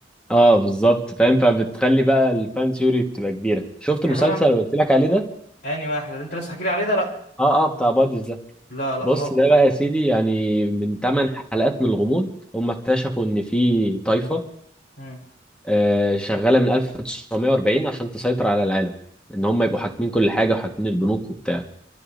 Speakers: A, in the centre; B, on the left (about 60°).
A: اه بالظبط فاهم فبتخلي بقى الفان ثيوري بتبقى كبيره شفت
B: يعني
A: المسلسل
B: انا
A: اللي قلت لك عليه ده
B: اني واحد اللي انت لسه حكي لي عليه ده لا
A: اه اه بتاع باديز ده
B: لا لا
A: بص
B: خالص
A: ده بقى يا سيدي يعني من 8 حلقات من الغموض هم اكتشفوا ان في طائفه
B: مم.
A: آه شغاله من 1940 عشان تسيطر على العالم ان هم يبقوا حاكمين كل حاجه وحاكمين البنوك وبتاع